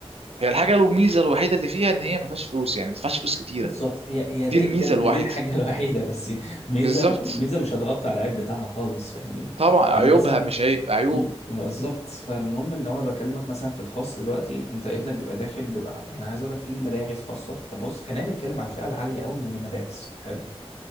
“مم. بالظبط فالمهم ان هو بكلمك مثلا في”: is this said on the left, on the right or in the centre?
Left